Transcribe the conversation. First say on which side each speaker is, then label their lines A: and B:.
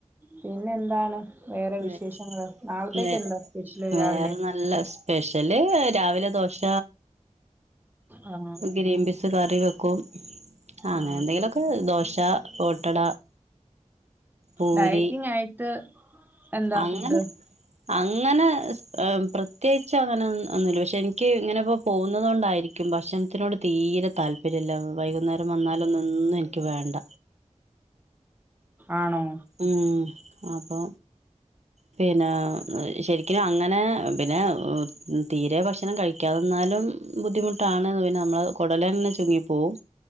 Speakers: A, on the right (about 15°); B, on the right (about 60°).
A: പിന്നെ എന്താണ് വേറെ
B: വേ
A: വിശേഷങ്ങള് നാൾത്തേക്ക്
B: വേ
A: എന്താ സ്പെഷ്യൽ
B: വേറെ
A: രാവിലെ
B: നല്ല സ് പെഷ്യല് രാവിലെ ദോശ.
A: ആ
B: ഗ്രീൻ പീസ് കറി വെക്കും അങ്ങനെ
A: ആ
B: എന്തെങ്കിലൊക്കെ ദോശ ഓട്ടട പൂരി
A: ഡയ്റ്റിങ്ങായിട്ട് എന്താ
B: അങ്ങനെ
A: ഫുഡ്
B: അങ്ങനെ ഏ പ്രത്യേച്ച് അങ്ങനെ ഒന്നുല്ല പഷെ എനിക്ക് ഇങ്ങനെപ്പോ പോന്നതോണ്ടായിര് ക്കും ഭക്ഷൺത്തിനോട് തീരെ താല്പര്യല്ല വൈകുന്നേരം വന്നാലൊന്നൊന്നു എനിക്ക് വേണ്ട.
A: ആണോ
B: ഉം അപ്പൊ പിന്നെ ശരിക്കിനും അങ്ങെനെ പിന്നെ ഏഹ് തീരെ ഭക്ഷണം കഴിക്കാതന്നാലും ബുദ്ധിമുട്ടാണ് ന്ന് പിന്നെ നംള് കൊടലന്നെ ചുങ്ങിപ്പോവും